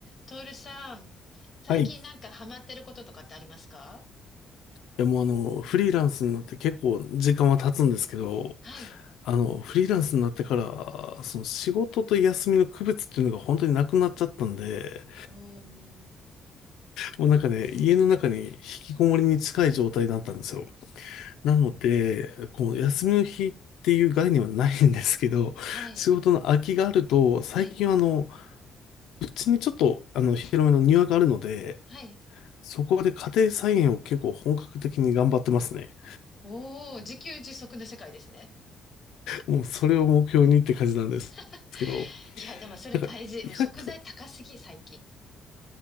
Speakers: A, on the left; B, on the left.
A: トールさん、最近なんかハマってることとかってありますか
B: はい。いや、もうあの、フリーランスになって結構時間は経つんですけど、
A: はい。
B: あの、フリーランスになってから、その仕事と休みの区別っていうのが本当になくなっちゃったんで、
A: おー、
B: もうなんかね、家の中に引きこもりに近い状態だったんですよ。なので、
A: おー、
B: こう、休みの日っていう概念はないんですけど、
A: はい、
B: 仕事の空きがあると、最近はあの、
A: はい、
B: うちにちょっとあの、広めの庭があるので、
A: はい。
B: そこで家庭菜園を結構本格的に頑張ってますね。
A: おー、自給自足の世界ですね。
B: もうそれを目標にって感じなんですけど、
A: <laughs> いや、でもそれ大事。
B: なんか意外と、
A: もう食材高すぎ、最近。